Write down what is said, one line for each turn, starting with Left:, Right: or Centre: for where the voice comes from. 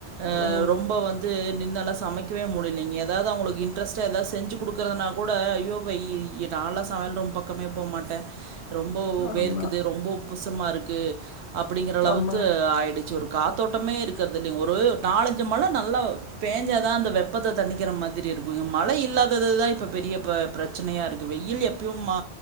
Right: ஆ
Left: ம்
Right: ரொம்ப வந்து என்னால சமைக்கவே முடிலீங் ஏதாவது அவங்களுக்கு இன்ட்ரெஸ்டா ஏதாவது செஞ்சு கொடுக்கறதுனா கூட ஐய்யோ வெயில் நால்லா சமையல் ரூம் பக்கமே போமாட்டே ரொம்ப
Left: ஆமா,
Right: வேர்க்குது ரொம்ப உப்புசமா இருக்கு அப்படிங்கிற அளவுக்கு
Left: ஆமா.
Right: ஆயிடுச்சு ஒரு காத்தோட்டமே இருக்கிறதில்லைங் ஒரு நாலஞ்சு மழ நல்லா பேஞ்சாதா அந்த வெப்பத்த தண்ணிக்கிற மாதிரி இருக்கு மழை இல்லாததுதா இப்ப பெரிய ப பிரச்சனையா இருக்கு வெயில் எப்பயு மா